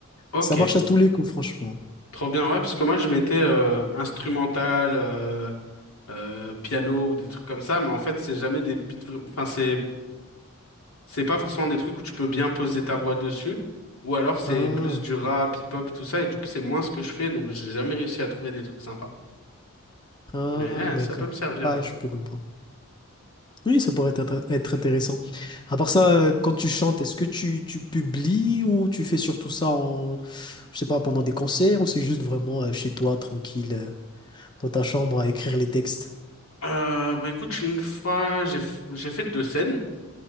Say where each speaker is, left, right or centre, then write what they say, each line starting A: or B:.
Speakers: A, on the left (about 85°); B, on the left (about 20°).
A: Ok.
B: Ça marche à tous les coups, franchement.
A: Trop bien, ouais, parce que moi je mettais euh, instrumental, euh, euh, piano ou des trucs comme ça, mais en fait c'est jamais des beats, vra- enfin c'est C'est pas forcément des trucs où tu peux bien poser ta voix dessus, ou alors c'est
B: Ah,
A: plus du rap, hip-hop, tout ça, et du coup c'est moins ce que je fais, donc j'ai jamais réussi à trouver des trucs sympas.
B: ah,
A: Mais
B: d'accord.
A: euh, ça peut me servir
B: Ah,
A: du
B: je
A: coup.
B: peux comprendre. Oui, ça pourrait être, être intéressant. À part ça, euh, quand tu chantes, est-ce que tu, tu publies ou tu fais surtout ça en, je sais pas, pendant des concerts ou c'est juste vraiment euh, chez toi, tranquille, euh, dans ta chambre à écrire les textes?
A: Euh, bah écoute, une fois j'ai f- j'ai fait deux scènes.